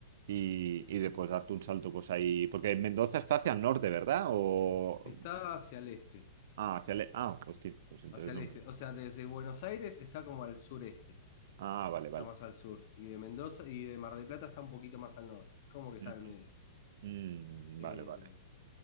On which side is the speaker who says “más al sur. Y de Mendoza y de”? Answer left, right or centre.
Left